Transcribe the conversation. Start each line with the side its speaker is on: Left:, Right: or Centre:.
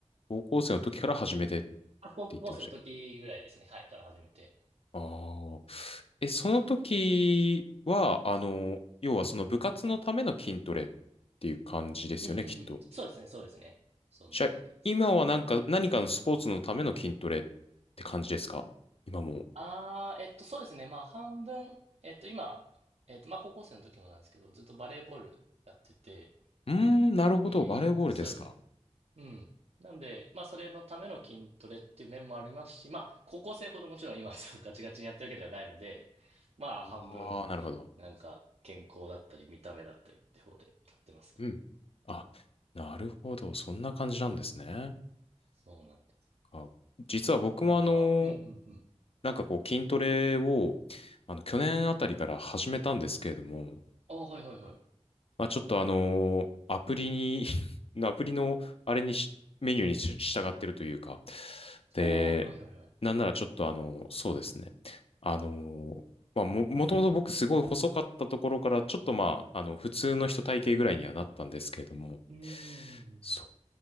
Left: 高校生の時から始めてって
Right: あ、高校生の時ぐらいですね、
Left: 言ってましたっけ
Right: はい、から始めて。
Left: ああー。え、その時は、あの、要はその部活のための筋トレっていう感じですよね、
Right: うんうんうん。
Left: きっと。
Right: そうですね、そうですね。そんな感じです。
Left: じゃあ、今はなんか、何かのスポーツのための筋トレって感じですか今も。
Right: ああ、えっと、そうですね。まあ、半分、えっと、今、えっと、まあ、高校生の時もなんですけど、ずっとバレーボールやってて、
Left: うーん、なるほど。
Right: えっと、
Left: バレーボールですか。
Right: そうですね。うん。なんで、まあ、それのための筋トレっていう面もありますし、まあ、高校生ほどもちろん今、そう <laughs> ガチガチにやってるわけではないので、まあ、
Left: あ
Right: 半分、
Left: あー、なるほど。
Right: なんか、健康だったり、見た目だったりって方でやってますね。
Left: うん。あ、なるほど。そんな感じなんですね。
Right: そうなんです。
Left: あ、実は僕もあの、
Right: なんか、うんうんうん。
Left: なんかこう筋トレを、あの、去年あたりから始めたんですけれども、
Right: ああ、はいはいはい。
Left: まあちょっとあの、アプリに <laughs> アプリのあれにし、メニューにし従ってるというか、で、
Right: ああ、はいはいはい。
Left: なんならちょっとあの、そうですね。あの、まあ、も、もともと僕すごい細かったところから、ちょっとまあ、あの、普通の人体型ぐらいにはなったんですけれども、
Right: うんうんうん
Left: そう